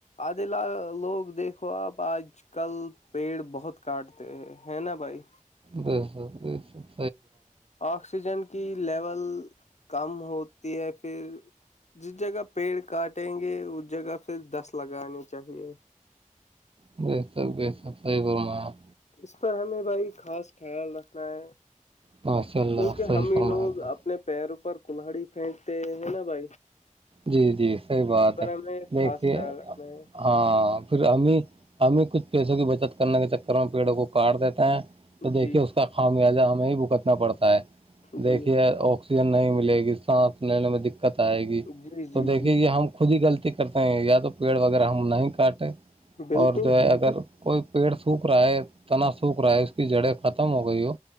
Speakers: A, on the left; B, on the right.
A: آد لوگ دیکھو آپ آج آج کل پیڑ بہت کاٹتے ہیں ہے نا بھائی
B: بی سر بی سر
A: آکسیجن کی لیول کم ہوتی ہے پھر جس جگہ پیڑ کاٹیں گے اس جگہ پھر دس لگانی چاہیے
B: سب سب صح بولے اپ
A: اس پر ہمیں بھائی خاص خیال رکھنا ہے
B: ماشاء اللہ
A: کیونکہ
B: صحیح
A: ہمیں
B: فرمایا
A: لوگ
B: آپ نے
A: اب اپنے پیر پر کلہڑی پھینکتے ہیں نا بھائی
B: جی جی صحیح بات
A: اس پر
B: ہے
A: ہمیں
B: دیکھیے
A: خاص خیال رکھنا ہے
B: ہاں پھر ہمیں ہمیں کچھ پیسوں کی بچت کرنے کے چکر میں پیڑوں کو کاٹ دیتے ہیں تو دیکھیے
A: جی
B: اس کا خامیازہ ہمیں بھگتنا پڑتا ہے
A: جی
B: دیکھیےک میں نہیں ملےی سانس لینے میں دقت آئے گی
A: جی
B: تو
A: جی
B: دیکھیے
A: جی
B: یہ ہم خود ہی غلطی کرتے ہیں یا تو پیڑ وغیرہ ہم نہیں کاٹے
A: بالکل
B: اور جو ہے اگر کوئی پیڑ سوکھ رہا ہے تنا سوکھ رہا ہے اس کی جڑیں ختم ہو گئی ہو